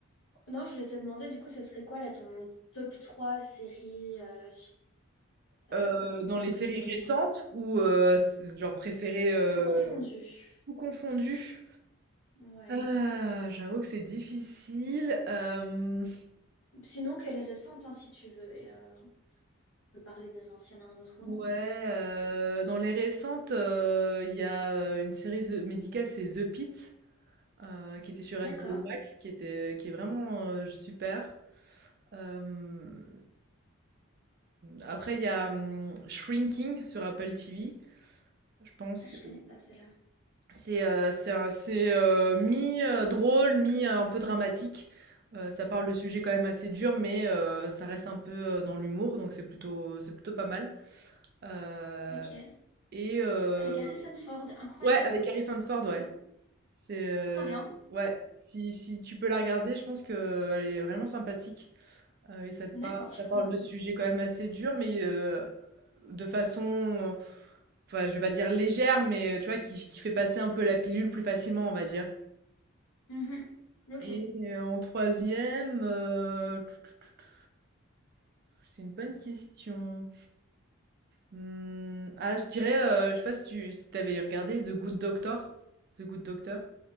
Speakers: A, on the left; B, on the right.
A: Non, je voulais te demander, du coup, ce serait quoi là ton top 3 séries euh, euh,
B: Euh, dans les
A: préférées?
B: séries récentes ou euh, c'est genre préférées euh,
A: Tout confondu.
B: tout confondu?
A: Ouais.
B: Ah, j'avoue que c'est difficile. Euh,
A: Sinon, qu'elle est récente, hein, si tu veux. et, euh, peut parler des anciennes à un autre moment.
B: Ouais, heu, dans les récentes, heu, il y a, heu, une série ze médicale, c'est The Pitt, heu, qui était sur
A: D'accord.
B: HBO Max, qui était qui est vraiment, heu, super. Hem, après il y a, mmh, Shrinking sur Apple TV, je pense.
A: Ah, je connais pas celle-là.
B: C'est, heu, c'est un c'est, heu, mi, heu, drôle, mi, heu, un peu dramatique. Heu, ça parle de sujets quand même assez durs, mais, heu, ça reste un peu, heu, dans l'humour, donc c'est plutôt c'est plutôt pas mal. Heu
A: Ok.
B: et euh,
A: Avec Harrison Ford, incroyable.
B: Ouais, avec Harrison Ford,
A: Cool.
B: ouais. C'est euh,
A: Trop bien.
B: ouais, si, si tu peux la regarder, je pense que elle est vraiment sympathique. Euh, et ça, te
A: D'accord,
B: par- ça
A: je prends
B: parle
A: note.
B: de sujets quand même assez durs, mais euh, de façon, euh, enfin, je vais pas dire légère, mais tu vois, qui, qui fait passer un peu la pilule plus facilement, on va dire.
A: Mhm. Ok.
B: Et euh, en troisième, euh, tu- tu- tu- tu- c'est une bonne question. Hmm, ah, je dirais, euh, je sais pas si tu si t'avais regardé The Good Doctor. The Good Doctor.